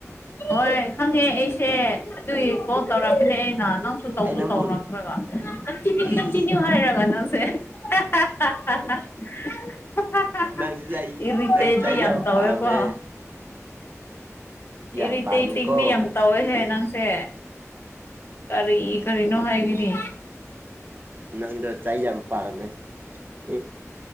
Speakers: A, on the left; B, on the right.
A: ꯍꯣꯏ ꯈꯪꯉꯦ ꯑꯩꯁꯦ ꯑꯗꯨꯒꯤ ꯀꯣꯜ ꯇꯧꯔꯛꯄꯅꯦ ꯑꯩꯅ ꯅꯪꯁꯨ ꯇꯧꯁꯨ
B: ꯑꯩ ꯅꯪꯕꯨ
A: ꯇꯧꯔꯛꯇ꯭ꯔꯒ ꯀꯟꯇꯤꯅ꯭ꯌꯨ
B: ꯏꯁ
A: ꯀꯟꯇꯤꯅ꯭ꯌꯨ ꯍꯥꯏꯔꯒ ꯅꯪꯁꯦ <unintelligible>
B: ꯅꯪꯁꯦ
A: <unintelligible>
B: ꯑꯩ
A: ꯏꯔꯤꯇꯦꯠꯇꯤ
B: ꯅꯪ ꯆꯩ
A: ꯌꯥꯝ ꯇꯧꯋꯦꯀꯣ
B: ꯄꯥꯝꯃꯦ ꯌꯥꯝ
A: ꯏꯔꯤꯇꯦꯠꯇꯤꯡꯗꯤ
B: ꯄꯥꯝꯃꯦꯀꯣ
A: ꯌꯥꯝ ꯇꯧꯋꯦꯍꯦ ꯅꯪꯁꯦ ꯀꯔꯤ ꯀꯔꯤꯅꯣ ꯍꯥꯏꯒꯅꯤ
B: ꯅꯪꯗꯣ ꯆꯥꯏ ꯌꯥꯝ ꯄꯥꯝꯃꯦ ꯍꯨꯝ